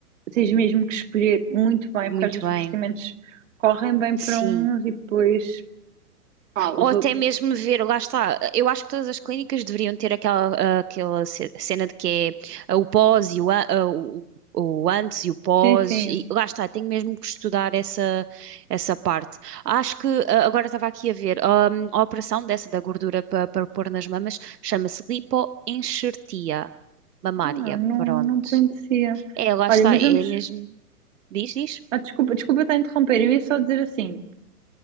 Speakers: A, on the right; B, on the right.
A: Tens mesmo que escolher muito bem,
B: muito
A: porque às vezes
B: bem.
A: os procedimentos correm bem
B: Sim.
A: para uns e depois, pá, os
B: Ou até
A: outros.
B: mesmo ver, lá está, eu acho que todas as clínicas deveriam ter aquela, ah, aquela ce- cena de que é ah, o pós e o, a- ah, o, o antes e o pós,
A: Sim, sim,
B: e lá está, tenho mesmo que estudar essa, essa parte. Acho que, ah, agora estava aqui a ver, ahm, a operação dessa da gordura pa- para pôr nas mamas chama-se lipoenxertia mamária,
A: não, não,
B: pronto.
A: não conhecia.
B: É, lá
A: Olha,
B: está,
A: mas
B: é
A: vamos.
B: mesmo, diz, diz.
A: Ah, desculpa, desculpa estar a interromper, eu ia só dizer assim.